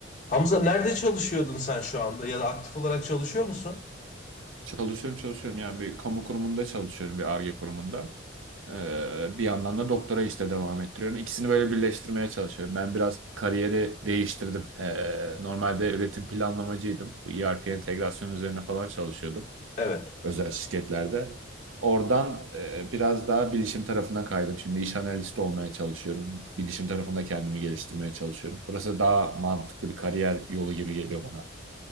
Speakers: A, on the left (about 40°); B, on the right (about 80°).
A: Hamza nerede çalışıyordun sen şu anda ya da aktif olarak çalışıyor musun?
B: Çalışıyorum çalışıyorum yani bir kamu kurumunda çalışıyorum bir Ar-Ge kurumunda. Ee, bir yandan da doktora işte devam ettiriyorum. İkisini böyle birleştirmeye çalışıyorum. Ben biraz kariyeri değiştirdim. Ee, normalde üretim planlamacıydım. Bu ERP entegrasyon üzerine falan çalışıyordum
A: Evet.
B: özel şirketlerde. Oradan e, biraz daha bilişim tarafına kaydım. Şimdi iş analisti olmaya çalışıyorum. Bilişim tarafında kendimi geliştirmeye çalışıyorum. Burası daha mantıklı bir kariyer yolu gibi geliyor bana.